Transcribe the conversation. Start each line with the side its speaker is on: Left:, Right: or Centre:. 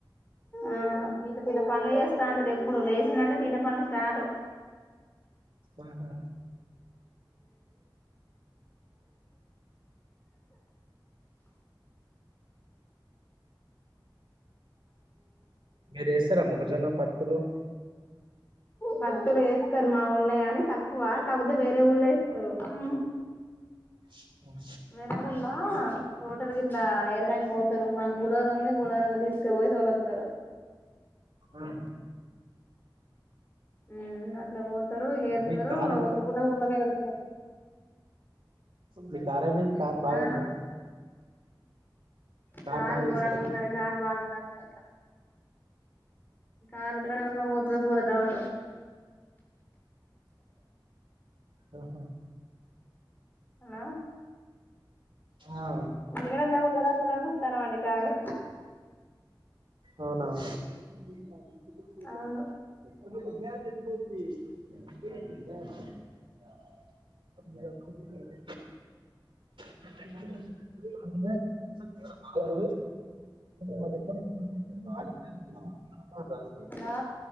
Left: ఆ తీట పిరప్ మళ్ళీ చేస్తా అండి రేపు ఇప్పుడు లేచినంటే తీట పనులు స్టార్ట్
Right: ఆహా మీరు వేస్తారా మొక్కజొన్న పత్తులు
Left: పత్తులు వేస్తారు మాఊళ్ళ గాని తక్ క్కువ కాకపోతే వేరే ఊరులే ఏస్తారు అం
Right: అ
Left: వెరె వుల్లా తోటల్ గిట్లా ఎరడానికి పోతారు మాకు బులోరా ఉంది బులోరా తీసుక పోయి తొలివతారు
Right: ఆహా
Left: ఉమ్ నత్ ఇట్లా పోతారు ఏరుతారు
Right: మీ కారు ఉంటే
Left: ఒక పూట గుళ్ళకే వెళ్తారు
Right: మీ కార్ ఏమైంది మీ కార్ బాగా
Left: ఆ
Right: అయిందా కార్
Left: కారు ఘోరంగా
Right: చేస్తారా
Left: ఉన్నది కార్ బాగా కాదు ఇంకా కారు ఉంటదా పోతుందో పోదో డౌట్
Right: ఆహా
Left: హలో
Right: ఆ!
Left: ఉల్లిగడ్డలు లేవు గదా గదా చూతన్నమండి కారు
Right: అవునా సంతు గాయ్
Left: అవును
Right: రేపు పొద్దుగాల తెచ్చి పొంది ఆ అబిరా పొందిరా నచ్చదు బ్రో మల్ల ఎపుడు హీరో నాలుగు వేపుల అంత గాలికి
Left: హలో